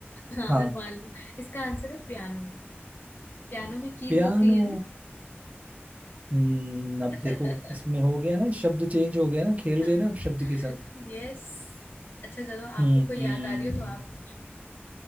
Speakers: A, on the left; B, on the right.
A: हाँ
B: हाँ
A: मान लो इसका आंसर है पियानो पियानो में कीज
B: पियानो
A: होती है ना
B: हम्म अब
A: <laughs>
B: देखो इसमें हो गया ना शब्द चेंज हो गया ना खेल
A: हाँ
B: गए ना अब शब्द के साथ
A: यस अच्छा चलो
B: हम्म
A: आपको कोई याद आ रही हो तो आप पूछो